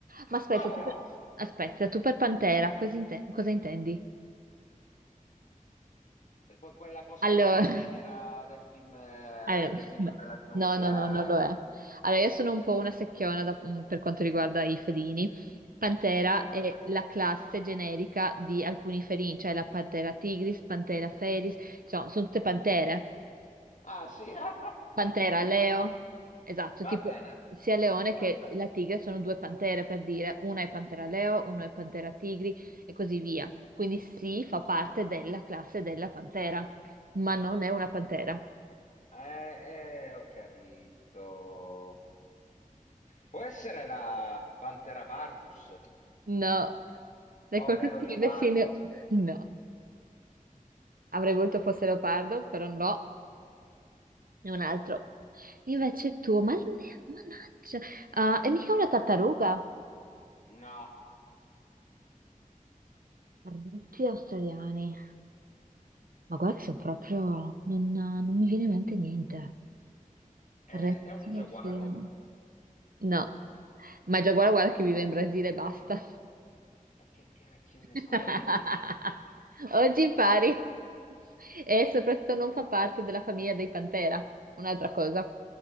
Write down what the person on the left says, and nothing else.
Come
no?
Sente, que- Quella cosa
ne-
nera del film, eh,
del libro
della giungla.
Ah,
ah, sì. <laughs> ah,
Va bene,
va bene.
Eh, eh, ho capito. Può essere la Pantera pardus,
ovvero
il leopardo?
No,
è,
è un giaguaro.
E che cacchio
ne so io?